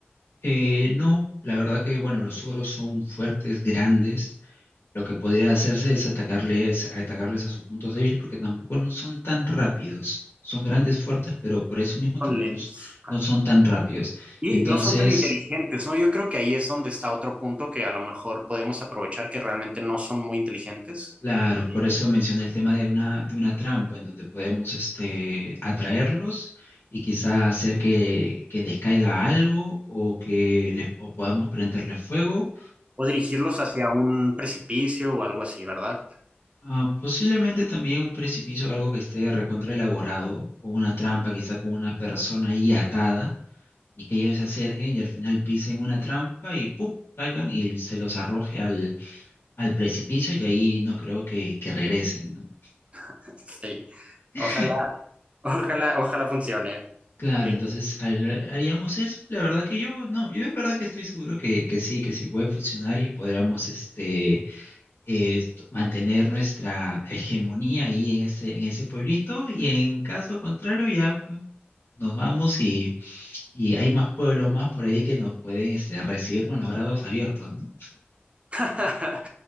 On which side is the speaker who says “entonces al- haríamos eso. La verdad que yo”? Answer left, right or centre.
Left